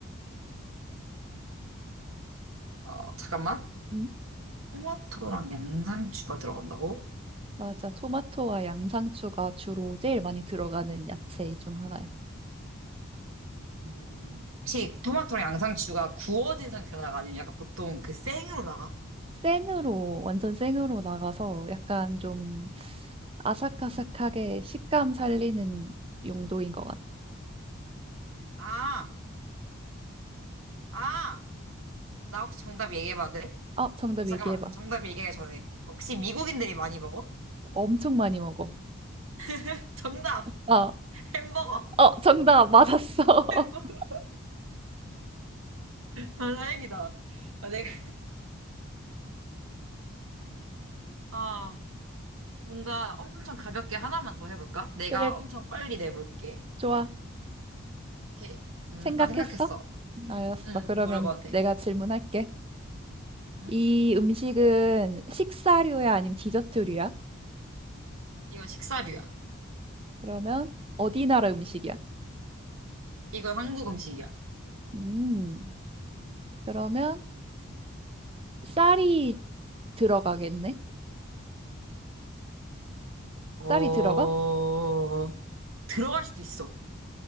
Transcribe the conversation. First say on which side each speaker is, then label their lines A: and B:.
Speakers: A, on the right; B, on the right.
A: 어, 잠깐만.
B: 음,
A: 토마토랑 양상추가 들어간다고?
B: 맞아. 토마토와 양상추가 주로 제일 많이 들어가는 야채 중 하나야.
A: 음, 혹시 토마토랑 양상추가 구워진 상태로 나가 아니면 약간 보통 그 생으로 나가?
B: 생으로, 완전 생으로 나가서 약간 좀 아삭아삭하게 식감 살리는 용도인 것 같아.
A: 아, 아, 나 혹시 정답 얘기해봐도 돼?
B: 어, 정답
A: 잠깐만,
B: 얘기해봐.
A: 정답 얘기하기 전에 혹시 미국인들이 많이 먹어?
B: 엄청 많이 먹어.
A: <laughs> 정답!
B: 아,
A: 햄버거!
B: 어, 정답 맞았어. <laughs>
A: 햄버거! 아, 다행이다. 아, 내가, 아, 뭔가 엄청 가볍게 하나만 더 해볼까? 내가
B: 그래,
A: 엄청 빨리 내볼게.
B: 좋아.
A: 이렇게, 음,
B: 생각했어?
A: 나 생각했어.
B: 알았어.
A: 응,
B: 그러면
A: 물어봐도 돼.
B: 내가 질문할게.
A: 응?
B: 이 음식은 식사류야, 아니면 디저트류야?
A: 이거 식사류야.
B: 그러면 어디 나라 음식이야?
A: 이건 한국 음식이야.
B: 음, 그러면 쌀이 들어가겠네?
A: 어,
B: 쌀이 들어가?
A: 들어갈 수도 있어.